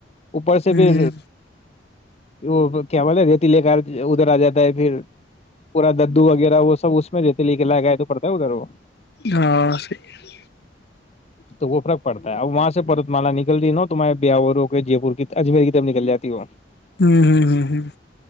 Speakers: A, on the left; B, on the left.
A: اوپر سے
B: ہ
A: بھی وہ کیا بولے ریتی لے کر <inaudible> پھر پورا ددو وغیرہ وہ سب اس میں دیتے لکھلا گ <inaudible>
B: ہاں صحیح ہے
A: تو وہ فرق پڑتا ہے اب وہاں سے پرت مالا نکل رہ ہے نا تمہارے بیاور ہو کے جے پور کی اجمیر کی طب نکل جاتی وہ
B: ہمم ہمم ہمم ہمم